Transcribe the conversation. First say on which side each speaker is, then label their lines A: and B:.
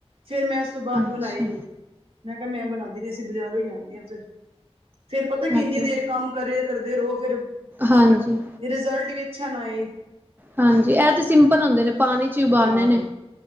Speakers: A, on the right; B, on the right.
A: ਫੇਿਰ ਮੈਂ ਉਸ ਤੋਂ ਬਾਅਦ
B: ਅੱਛਾ
A: ਬਣਾਏ ਨੀ ਮੈਂ ਕਿਹਾ ਮੈਂ ਬਣਾਉਦਾ ਅਸੀਂ ਬਾਜ਼ਾਰੋਂ ਹੀ ਲੈਂਦੇ ਹਾਂ ਫਿਰ ਫੇਰ ਪਤਾ
B: ਇਹ
A: ਇੰਨੀ
B: ਤੇ
A: ਦੇਰ ਕੰਮ ਕਰੇ ਕਰਦੇ ਰਹੋ ਫਿਰ
B: ਹਾਂਜੀ
A: ਰਿਜ਼ਲਟ ਵੀ ਅੱਛਾ ਨਾਏ
B: ਹਾਂਜੀ ਇਹ ਤੇ ਸਿੰਪਲ ਹੁੰਦੇ ਨੇ ਪਾਣੀ ਚ ਹੀ ਉਬਾਲਣੇ
A: ਹਾਂ
B: ਨੇ